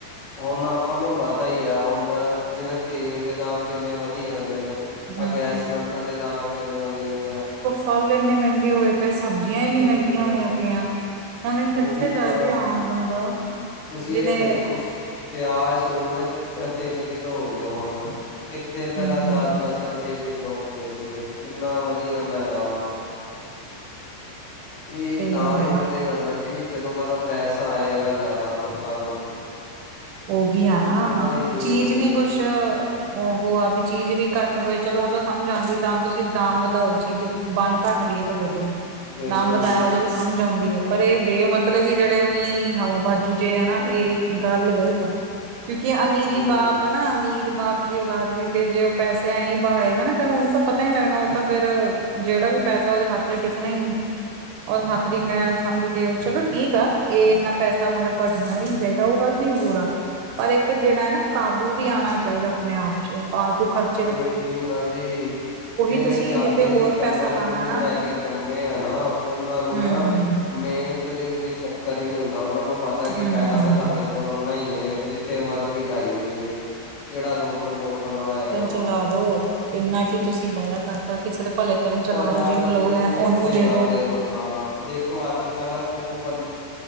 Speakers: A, on the left (about 75°); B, on the right (about 80°).
A: ਹੁਨ ਆਪਾਂ ਨੂੰ ਪਤਾ ਈ ਐ ਹੁਨ ਜਿਵੇਂ ਤੇਲ ਦੇ ਦਾਮ ਕਿੰਨੇ ਵਦੀ ਜਾਂਦੇ ਨੇ। ਆਹ
B: ਹੂੰ,
A: ਗੈਸ ਸਿਲੰਡਰ ਦੇ ਦਾਮ ਕਿੰਨੇ ਵਦੀ ਜਾਂਦੇ ਆ।
B: ਫੱਲ ਇੰਨੇ ਮਹਿੰਗੇ ਹੋਏ ਪਏ ਸਬਜੀਆਂ ਇੰਨੀ
A: ਬਿਲਕੁਲ
B: ਮਹਿੰਗੀਆਂ ਹੋਈਆਂ ਪਈਆਂ। ਹੁਨ ਏ ਕਿੱਥੇ
A: ਉਹੀ
B: ਜਾਏ
A: ਨਾ
B: ਵੀ ਆਮ ਬੰਦਾ,
A: ਤੁਸੀਂ
B: ਜਿਨੇ
A: ਇਹ ਦੇਖੋ ਪਿਆਜ ਸੌ ਦੇ ਤਿੰਨ ਕਿੱਲੋ ਹੋ ਗਏ ਹੁਨ ਕਿੱਥੇ ਪਹਿਲਾਂ
B: ਹੂੰ,
A: ਦਸ-ਦਸ ਰੁਪਏ ਕਿੱਲੋ ਹੁੰਦੇ ਸੀਗੇ। ਕਿੰਨਾ ਵਦੀ ਜਾਂਦੈ ਦਾਮ। ਏ
B: ਸਹੀ
A: ਤਾਂ
B: ਗੱਲ
A: ਈ ਵਧੇਗਾ
B: ਆ।
A: ਨਾ ਜੀ ਜਦੋਂ ਮਲਬ ਪੈਸਾ ਆਏਗਾ ਜਾਦਾ ਲੋਕਾਂ ਕੋਲ।
B: ਉਹੀ ਆ ਨਾ
A: ਰੌਲਾ
B: ਅ
A: ਹੀ ਇਹ
B: ਚੀਜ
A: ਹੈ
B: ਵੀ
A: ਜੀ
B: ਕੁਛ ਉਹੋ ਆ ਵੀ ਚੀਜ਼ ਵੀ ਘੱਟ ਹੋਏ ਚਲੋ ਓਹ ਤਾਂ ਸਮਝ ਆਂਦੀ ਤਾਂ ਤੁਸੀਂ ਦਾਮ ਵਧਾਓ ਚੀਜ਼ ਬੰਨ ਘੱਟ ਰਹੀ ਏ ਤੁਹਾਡੇ ਕੋਲ,
A: ਬਿਲਕੁਲ
B: ਦਾਮ ਵਧਾਇਆ
A: ਜੀ
B: ਉਦੋਂ ਵੀ ਸਮਝ ਔਂਦੀ ਐ ਪਰ ਏਹ ਬੇਮਤਲਬ ਈ ਜੇਹੜੇ ਉਂਈ ਹਵਾ ਬਾਜੂ ਜੇ ਹੈ ਨਾ ਏਹ ਗੱਲ ਗਲਤ ਕਿਉਂਕਿ ਅਮੀਰੀ
A: ਬਹੁਤ
B: ਬਾਪ
A: ਜੀ
B: ਐ ਨਾ ਅਮੀਰ ਬਾਪ ਦੀ ਔਲਾਦ ਵੀ ਭੇਜੇ ਓਹ ਪੈਸੇ ਐਂਈ ਬਹਾਏਗਾ ਨਾ ਫੇਰ ਓਨ ਤਾਂ ਪਤਾ ਈ ਨਈ ਲੱਗਨਾ, ਓਹ ਤਾਂ ਫੇਰ ਜਿਹੜਾ ਵੀ ਪੈਸਾ ਉਹਦੇ ਹੱਥ ਚ ਟਿੱਕਣਾ ਹੀ ਨਹੀਂ ਔਰ ਹੱਥ ਦੀ ਮੈਲ ਸਮਝ ਕੇ ਚਲੋ ਠੀਕ ਆ ਇਹ ਇੰਨਾ ਪੈਸਾ ਮਗਰ ਭੱਜ ਭੱਜਣਾ ਵੀ ਨੀ ਚਾਹੀਦਾ ਉਹ ਗੱਲ ਵੀ ਹੋਰ ਆਂ ਪਰ ਇੱਕ ਜਿਹੜਾ ਹੈ ਨਾ ਕਾਬੂ ਵੀ ਆਉਣਾ ਚਾਹੀਦਾ ਆਪਣੇ ਆਪ ਚ ਫਾਲਤੂ ਖਰਚ
A: ਉਹ ਇਹੀ ਨਾ ਜੀ। ਜਿਹੜੇ
B: ਤੁਸੀਂ
A: ਚਾਂਦੀ
B: ਕਿਤੇ ਹੋਰ
A: ਦੇ ਚਮਚ
B: ਪੈਸਾ ਲਾਣਾ
A: ਮੂੰਹ ਚ
B: ਨਾ
A: ਲੈ ਕੇ ਜੰਮੇ ਆ ਨਾ ਉਹਨਾਂ ਨੂੰ
B: ਹਮ
A: ਨਾ ਮੇਨ ਕਦੇ ਕੋਈ ਚੱਕਰ ਹੀ ਨਹੀ ਹੁੰਦਾ ਉਹਨਾਂ ਨੂੰ ਪਤਾ ਕਿ
B: ਹਮ
A: ਪੈਸਾ ਤਾਂ ਸਾਡੇ ਤੋਂ ਇੰਨਾ ਹੀ ਹੈ ਜਿੱਥੇ ਮਰਜ਼ੀ ਉਡਾਈ ਜਾਈਏ ਕਿਹੜਾ ਰੋਕਣ ਟੋਕਣ ਵਾਲਾ ਹੈਗਾ ਓ
B: ਤੇ ਲਾ ਦੋ ਇੰਨਾ ਕਿ ਤੁਸੀਂ ਬਾਹਲਾ ਕਰਤਾ ਕਿਸੇ ਦੇ ਭਲੇ ਕਰਨ ਚਲਾ
A: ਭਲਾ
B: ਦੋ ਜਿਹਨੂੰ
A: ਤਾਂ
B: ਲੋੜ
A: ਜੀ
B: ਹੈ
A: ਇਹ ਕਿੱਥੇ
B: ਉਹਨੂੰ ਦੇ
A: ਕਰਦੇ
B: ਦੋ
A: ਲੋਕਾਂ ਦਾ ਦੇਖੋ ਅੱਜ ਕਲ ਉਹ ਬੰ